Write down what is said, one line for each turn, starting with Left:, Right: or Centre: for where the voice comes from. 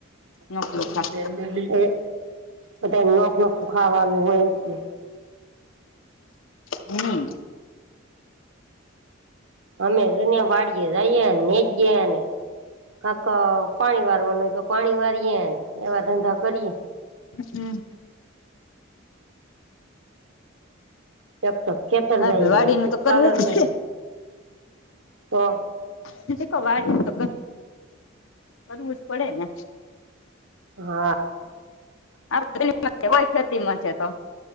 Right: <unintelligible>
Left: નોખું ખા
Right: ખાવાનું હોય એટલે
Left: હમ.
Right: અને જોની વાડીયે જઈએે ને ગયે ને કાક પાણી વારવાનું હોય તો પાણી વારીએે એવા ધંધા કરીએ
Left: હમ.
Right: એક તો ખેતર
Left: હા
Right: જાયએ
Left: ભ વાડીનું
Right: એક
Left: તો કરવું
Right: <unintelligible>
Left: જ
Right: તો
Left: <unintelligible> વાડી તો ક કરવુ જ પડે ને
Right: હા.
Left: <unintelligible> હોય ખેતીમાં છે, તો